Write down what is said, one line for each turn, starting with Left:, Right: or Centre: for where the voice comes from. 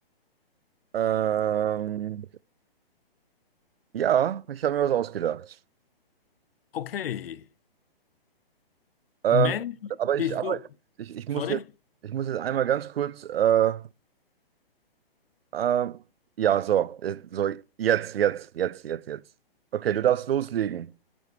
Right: Ähm, ja, ich habe mir was ausgedacht.
Left: Okay.
Right: Ähm,
Left: Mensch,
Right: aber
Left: bist
Right: ich, aber
Left: du.
Right: ich, ich muss
Left: Sorry?
Right: jetzt, ich muss jetzt einmal ganz kurz, äh, äh, ja, so, äh, so, jetzt, jetzt, jetzt, jetzt, jetzt. Okay, du darfst loslegen.